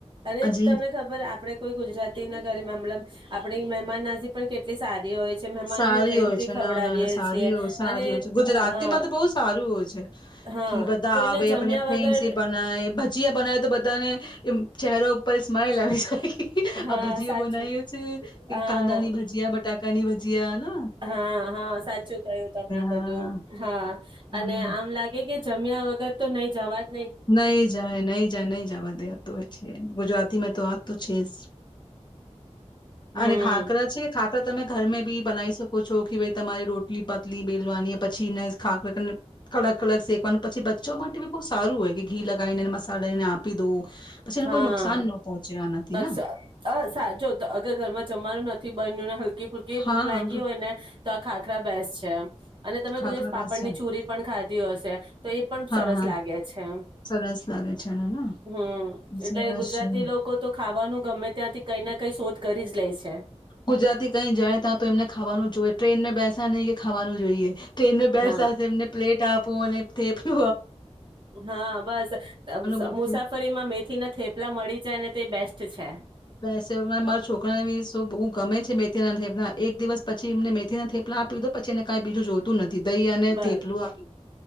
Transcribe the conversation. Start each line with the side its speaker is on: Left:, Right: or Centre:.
Right: અને
Left: હજી
Right: તમને ખબર આપડે કોઈ ગુજરાતી ના ઘરે મમલમ આપેને મહેમાન નજી પણ કેટલી સારી હોય છે મહેમાનોને
Left: સારી
Right: પ્રેમથી
Left: હોય છે
Right: ખવડાવીએ
Left: ના ના ના સારી
Right: છીએ
Left: હોય સારી
Right: અને
Left: હોય છે ગુજરાતીમાં
Right: હા
Left: તો બહુ સારું હોય છે
Right: હા
Left: કી બધા
Right: કોઈને
Left: આવે આપને
Right: જમ્યા
Left: ફેમ
Right: વગર
Left: સ બનાવે ભજીયા બનાવે તો બધાને એ ચહેરો ઉપર સ્માઈલ આવી શકે.
Right: હા
Left: આ ભજીઓ
Right: સાચું
Left: બનાવી છે
Right: હા
Left: કાંદા ની ભજીયા બ તાકાની વધી હિયાના
Right: હા હા સાચું કયું તમને બધું
Left: હા
Right: હા
Left: હમ
Right: અને આમ લાગે કે જમ્યા વગર તો નહી જવાય.
Left: નહી જાય નહી જાય નહી જવા દેતુ હો છે ગુજરાતી તમે તો આ તો છેસ.
Right: હમ
Left: અને ખાકરા છે ખાકરા તમે ઘરમે બી બનાવી શકો છો કે ભાઈ તમારી રોટલી પાત ટલી બેલવાની પછીને ખાને કડક કડક શેકવાનું. પછી બચ્ચો માટે બી બહુ સારું હોય. કે ઘી લગાવીને મસાલા ને આપી દો. પછી એને
Right: હા
Left: કોઈ નુકસાન ન પહોંચે આનાથી
Right: નકશો
Left: ને
Right: સાજો તો અગર ઘરમાં જમવાનું નથી બનોને હલ્થ કી ફુલકી
Left: હા
Right: ભૂખ લાગી હોય ને તો આ ખાખરા બેસ છે અને તમે
Left: ખાખરા
Right: કોઈ દિવસ પાપડ
Left: બેસ્ટ છે
Right: ની ચુરી પણ ખાધી હશે તો એ પણ
Left: હા
Right: સરસ
Left: હા
Right: લાગે છે.
Left: સરસ લાગે છે એને ને
Right: હમ.
Left: સરસ
Right: એટલે ગુજરાતી
Left: છે
Right: લોકો તો ખાવાનું ગમે ત્યાંથી કઈ એ કઈ શોધ કરી જ લે છે.
Left: ગુજરાતી કઈ જાય ત્યાં તો એમને ખાવાનું જોય ટ્રેન ને બેસ કયને કે ખાવાનું જોઈએ. ટ્રેનમાં બેર
Right: હા
Left: સાથે એમને પ્લેટ આપ પો અને થેપલુ
Right: હા બસ
Left: બધું
Right: મુસાફરીમાં મેથી ના થેપલા મળી જાય ને તે બેસ્ટ છે.
Left: રસોઈ મા મારા છોકરાને બી શુશુ બહુ ગમે છે મે થેપલા ના એક દિવસ પછી પછી એમ મેથી ના થેપલા આપીયો પછીને કઈ બીજું જોતું નથી. દહીં અને
Right: બસ
Left: થેપલું આપી દો